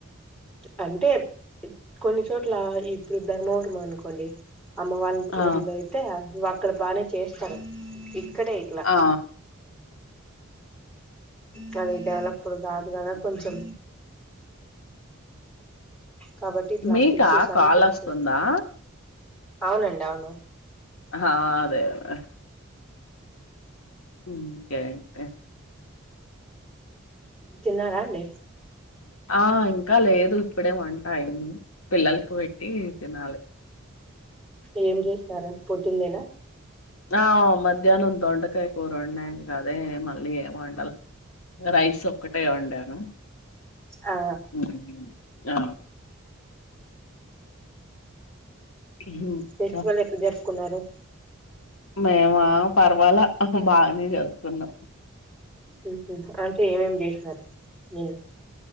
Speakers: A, in the centre; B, on the left.
A: అంటే కొన్ని చోట్ల ఇప్పుడు ధర్మవరం అనుకోండి అమ్మ వాళ్ళ
B: ఆ
A: ఊర్లో అయితే ఇక్కడ బానే చేస్తారు ఈ కడ యిట్లా
B: ఆ
A: కానీ డెవలప్ ఇప్పుడు కాదు
B: ఓకే.
A: కదా కొంచెం కాబట్టి ఇట్లాంటి
B: మీకా
A: ఇష్యూస్ అన్ని
B: కాల్
A: ఫేస్
B: వస్తుందా
A: చేస్ అవునండి అవును
B: ఆా అదే అదే ఉ ఓకే అయితే
A: చిన్నారండి
B: ఆ ఇంకా లేదు ఇప్పుడే వంటాయి పిల్లలకి పెట్టి తినాలి.
A: ఏం చేసినార పొద్దుందేనా
B: ఆ మధ్యాహ్నం దొండకాయ కూర ఉంన్నాయను కదే మళ్ళీ ఏం వండాల రైసు. ఒకటయి ఒండాను
A: ఆ
B: మ్ ఆ ఇంకా
A: ఫెస్టివల్ ఎట్ల జర్ కున్నారు
B: మేవా పర్వాలా బాగానే జరుపుకున్నాం
A: హ్మ్ హ్మ్ హ ఏ ఏమేం చేసినారు నిన్ను